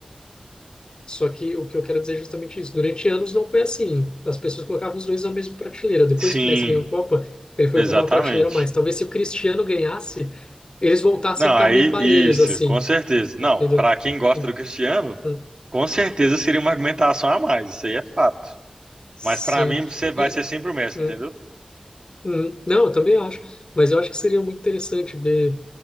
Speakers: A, on the left; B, on the right.
A: Só que o que eu quero dizer é justamente isso. Durante anos não foi assim. As pessoas colocavam os dois na mesma prateleira. Depois
B: Sim,
A: que o Messi ganhou a Copa, ele foi
B: exatamente.
A: para uma prateleira a mais. Talvez se o Cristiano ganhasse, eles voltassem
B: Não,
A: a ficar
B: aí
A: meio parelhos
B: isso,
A: assim,
B: com certeza.
A: entendeu?
B: Não, pra quem gosta
A: Em-
B: do Cristiano,
A: em-
B: com certeza seria uma argumentação a mais, isso aí é fato.
A: Sim.
B: Mas pra mim você vai
A: E,
B: ser sempre o Messi,
A: hum,
B: entendeu?
A: hum, não, eu também acho. Mas eu acho que seria muito interessante ver